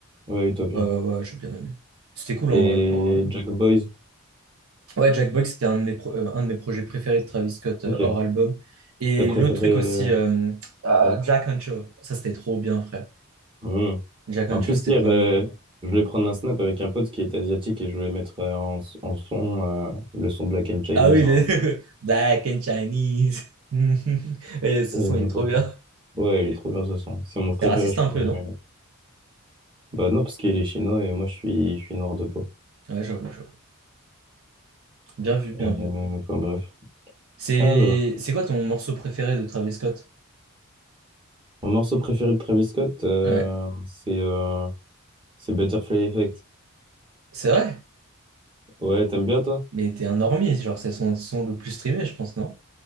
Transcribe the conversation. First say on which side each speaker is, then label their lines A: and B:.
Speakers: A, on the right; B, on the right.
A: Ouais, Utopia.
B: Ouais, ouais, ouais, j'ai bien aimé. C'était cool
A: Et
B: en vrai pour. euh,
A: Jack Boys?
B: Ouais, Jack Boy, c'était un de mes, pro- euh, un de mes projets préférés de Travis Scott
A: Ok.
B: euh, hors album. Et
A: T'as préféré...
B: l'autre truc
A: euh,
B: aussi, euh, ah,
A: Ouais.
B: Jack and Joe. Ça, c'était trop bien, frère.
A: Hmm.
B: Jack
A: En
B: and Joe,
A: plus,
B: c'était
A: hier,
B: vraiment
A: euh,
B: bien.
A: je voulais prendre un snap avec un pote qui était asiatique et je voulais mettre euh, en, s- en son euh, le son Black and Chinese.
B: Ah oui,
A: En...
B: les... <laughs> Black and Chinese. <laughs> Et ce
A: Et il
B: son,
A: aimait
B: il est trop
A: ça.
B: bien.
A: Ouais, il est trop bien ce son. C'est mon préféré,
B: C'est raciste
A: je
B: un
A: pense.
B: peu,
A: du-
B: non?
A: Bah non, parce qu'il est chinois et moi, je suis, je suis noir de peau.
B: Ouais, j'avoue, j'avoue. Bien vu, bien
A: Euh,
B: vu.
A: enfin, bref.
B: C'est
A: Alors,
B: c'est quoi ton morceau préféré de Travis Scott?
A: mon morceau préféré de Travis Scott, euh,
B: Ouais,
A: c'est euh, c'est Butterfly Effect.
B: c'est vrai,
A: Ouais, t'aimes bien, toi?
B: mais t'es un normie, genre, c'est son son le plus streamé, je pense, non?